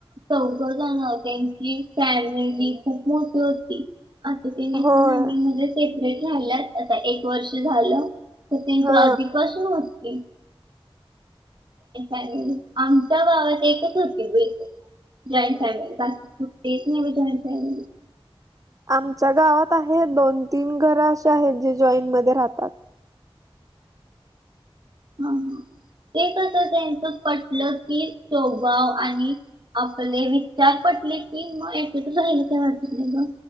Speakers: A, on the right; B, on the right.
A: चौघ जाण त्यांची फॅमिली खूप मोठी होती. आ का नाही अस
B: होय
A: नाही मी म्हणजे सेपरेट राहिला आता एक वर्ष झालं. तर त्यांच्या
B: हा
A: आधी कसून होटते. आमच्या गावात एकच होती. जॉईंट फॅमिली बाकीुट्टीच जॉईंट फॅमिली
B: आमच्या गावात आहे दोन तीन घर अे आहेत जे जॉईंटमध्येध्ये राहतात.
A: ह ह ते कस त्यांच पटलं की टोभाव आणि आपले विचार पटले की मग एकत राहिला का वाटत नाही.